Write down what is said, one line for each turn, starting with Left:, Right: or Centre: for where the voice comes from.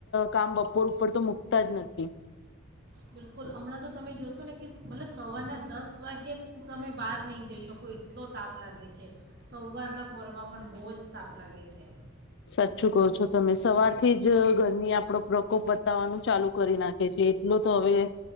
Left: કામ બપોર ઉપર તો મુકતા જ નથી.
Right: બિલકુલ હમણાં તો તમે જોશો ને કે મતલબ સવારના દસ વાગે તમે બહાર નહી જઈ શકો એટલો તાપ લાગે છે સવારના પરમાં પણ બહુ જ તાપ લાગે છે.
Left: સાચું કહો છો તમે સવારથી
Right: તો
Left: જ ઘરમી આપડો પ્રકોપ બતાવવાનું ચાલુ કરી નાખે છે એટલો તો હવે